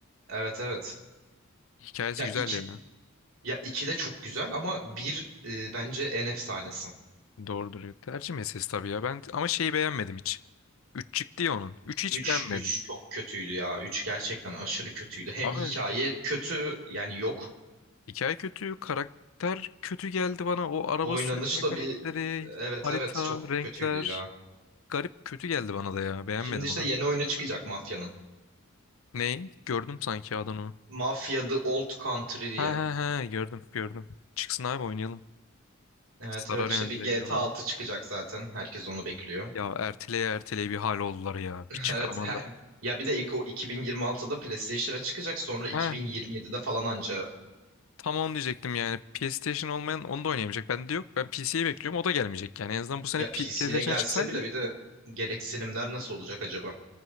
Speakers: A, on the right; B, on the left.
A: Evet evet.
B: Hikayesi
A: Ya
B: güzel
A: 2
B: yani.
A: ya 2 de çok güzel ama bir e, bence en efsanesi.
B: Doğrudur. ya. Tercih meselesi tabii ya. Ben ama şeyi beğenmedim hiç. Üç çıktı ya onun. Üçü hiç
A: Üç
B: beğenmedim.
A: üç çok kötüydü ya. üç gerçekten aşırı kötüydü. Hem
B: Abi
A: hikaye kötü yani yok.
B: Hikaye kötü, karakter kötü geldi bana. O araba
A: Oynanış
B: Evet. sürük mekanikleri,
A: da bir evet
B: harita,
A: evet çok
B: renkler.
A: kötüydü ya.
B: Garip kötü geldi bana da ya. Beğenmedim
A: Şimdi işte
B: onu.
A: yeni oyunu çıkacak Mafya'nın.
B: Ney? Gördüm sanki adını.
A: Mafya The Old Country diye.
B: Ha ha ha gördüm gördüm. Çıksın abi oynayalım.
A: Evet
B: Sarar
A: evet işte
B: yani
A: bir
B: zevkli
A: GTA
B: olabilir.
A: altı çıkacak zaten. Herkes onu bekliyor.
B: Ya erteleye erteleye bir hal oldular ya. Bir çıkaramadılar.
A: Evet her. Ya bir de ilk o 2026'da PlayStation'a çıkacak sonra 2027'de
B: Ha
A: falan anca
B: tam onu diyecektim yani. PlayStation olmayan onu da oynayamayacak. Bende de yok. Ben PC'yi bekliyorum. O da gelmeyecek yani. En azından bu sene
A: ya
B: P-
A: PC'ye
B: PlayStation'a
A: gelse
B: çıksaydı
A: bile bir de gereksinimler nasıl olacak acaba?